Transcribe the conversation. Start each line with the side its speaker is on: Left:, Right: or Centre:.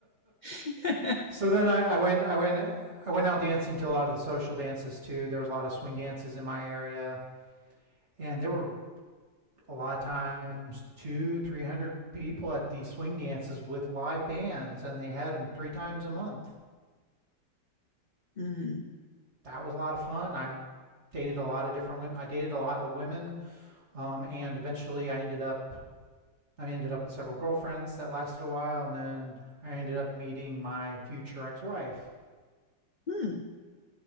Left: <laughs>
Right: so then I, I went I went I went out dancing to a lot of the social dances too. There was a lot of swing dances in my area, and there were a lot of times two, three hundred people at these swing dances with live bands, and they had them three times a month.
Left: Mhm.
Right: That was a lot of fun. I dated a lot of different women. I dated a lot of women, um, and eventually I ended up I ended up with several girlfriends that lasted a while, and then I ended up meeting my future ex-wife.
Left: Hmm.